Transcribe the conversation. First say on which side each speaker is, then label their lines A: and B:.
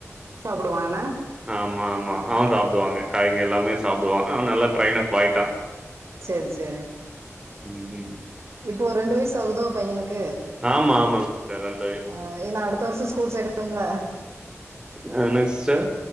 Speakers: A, on the right (about 65°); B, on the right (about 15°).
A: சாப்டுவா நா
B: ஆமா ஆமா அவன் சாப்டுவாங்க காய்கறி எல்லாமே சாப்டுவா அவ நல்லா டிரெயின் அப் ஆயிட்டா
A: சேரி சேரி
B: ம்ம்
A: இப்போ ரெண்டு வயசு ஆகுதோ பையனுக்கு
B: ஆமா ஆமாங்க சிஸ்டர் எல்
A: ஆ ஏனா அடுத்த வர்ஷ ஸ்கூல் சேக்கனும்ல
B: ஆ என்னங் சிஸ்டர்